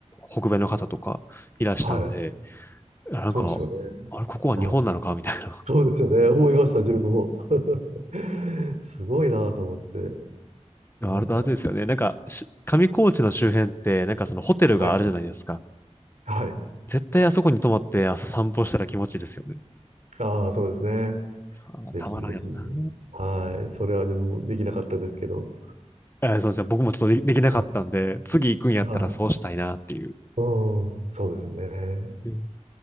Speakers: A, on the left; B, on the right.
A: 北米の方とかいらしたんで、
B: はい。
A: いやなんか、
B: そうですよね。
A: あれ、ここは日本なのかみたいな
B: はいそうですよね。<laughs> 思いました、自分も。<laughs> すごいなと思って。
A: あれあれですよね。
B: なんか、
A: なんかし、上高地の周辺って、なんかそのホテルがあるじゃないですか。
B: はい。はい。
A: 絶対あそこに泊まって朝散歩したら気持ちいいですよね。
B: ああ、そうですね。
A: あーたまらんやろな。
B: ぜひぜひ。はい。それは自分もできなかったですけど。
A: えーそうじゃ僕もちょっとでできなかったんで、
B: は
A: 次行くんやったらそうしたいなっていう。
B: い。はい。うん、そうですね。
A: うん